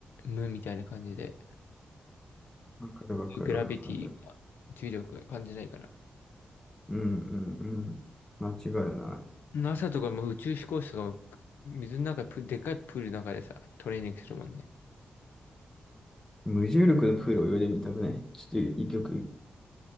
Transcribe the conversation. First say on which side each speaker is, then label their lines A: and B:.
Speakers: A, on the left; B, on the left.
A: 無みたいな感じで。
B: わかるわかるわかる。
A: グラビティ重力が感じないから。
B: うんうんうん。間違いない。
A: NASA とかも宇宙飛行士とかも、水の中でプ、でっかいプールの中でさ、トレーニングするもんね。
B: 無重力のプール泳いでみたくね。ちょっと一曲。